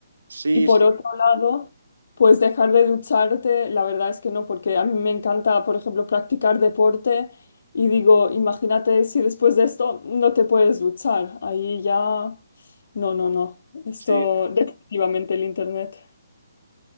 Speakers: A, on the right (about 85°); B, on the left (about 60°).
A: Sí,
B: Y por
A: sí,
B: otro lado, pues dejar de ducharte, la verdad es que no, porque a mí me encanta, por ejemplo, practicar deporte y digo, imagínate si después de esto no te puedes duchar, ahí ya, no, no, no, esto
A: sí,
B: definitivamente el internet.